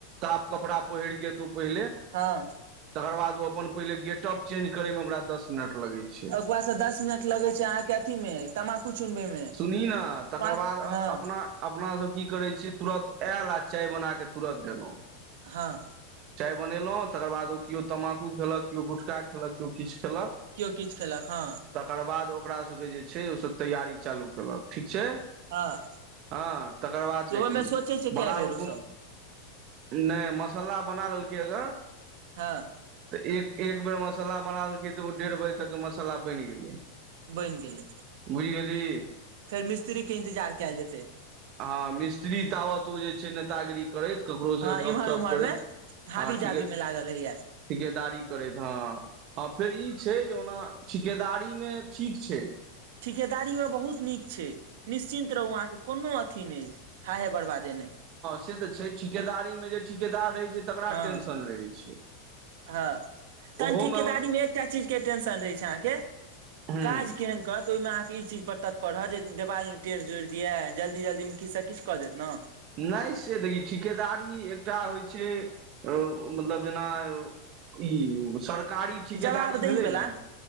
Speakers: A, on the right (about 40°); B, on the right (about 65°).
A: ताप कपड़ा पहिरके एतौ पहिले
B: हाँ।
A: तकर बाद ओ अपन पहिले गेटप चेंज करै मे ओकरा दस मिनट लगै छै।
B: आ दस मिनट लगै छै अहां के अथी मे तम्बाकू चुनबै मे
A: सुनही न तकर
B: पाँच
A: बाद अ
B: हँ
A: अपना। अपना सब की करै छियै तुरत आयल आ चाय बना के तुरत देलहुँ
B: हँ
A: चाय बनेलौं तकर बाद ओ केओ तमबाकू खेलक केओ गुटखा खेलक केओ किछु खेलक
B: कियो किछु खेलक हँ
A: तकर बाद ओकरा सबके जे छै ओ सभ तैयारी चालू केलक ठीक छै
B: हँ
A: हँ तकर बाद
B: सेहो
A: देखही
B: मे सोचै छै कए
A: बनाओ
B: बेर ओ
A: कुम
B: सब
A: नै मसाला बना लेलकै अगर
B: हँ
A: तऽ एक एक बेर मसाला बना लेलकै तऽ ओ डेढ़ बजे तकके मसाला बनि गेलै
B: बनि गेलै
A: बुझि गेलही
B: फेर मिस्त्री के इन्तजार कैल जेतै
A: हँ मिस्त्री तावत ओ जे छै नेतागिरी करैत ककरो
B: हँ
A: से गप
B: इम्हर
A: सप
B: उम्हर
A: करैत
B: मे हाबी
A: हँ
B: जाबी
A: ठीके ठिकेदारी
B: मे लागल रहैया
A: करैत हँ हँ आ फेर ई छै जे ओना ठिकेदारी मे ठीक छै
B: ठिकेदारियो बहुत नीक छै निश्चिन्त रहू अहाँ के कोनो अथी नहि हा हे बरबादे नहि
A: से तऽ छै ठिकेदारी मे जे ठिकेदार रहै छै तकरा
B: हँ
A: टेंशन रहै छै
B: हँ तहन
A: ओहोमे
B: ठिकेदारी
A: ओना
B: मे एकटा चीज के टेंशन रहै छै अहाँके
A: हूँ
B: काज केहन कऽ तऽ ओहिमे अहाँके ई चीज पर तत्पर रहत जे देवाल ने टेर जोड़ि दिये जल्दी जल्दी मे किछु से किछ कऽ देत नऽ
A: नहि से देखी ठिकेदारी एकटा होइ छै मतलब जेना ई सरकारी ठिकेदारी
B: जवाबदेही
A: भेलै
B: वला
A: ने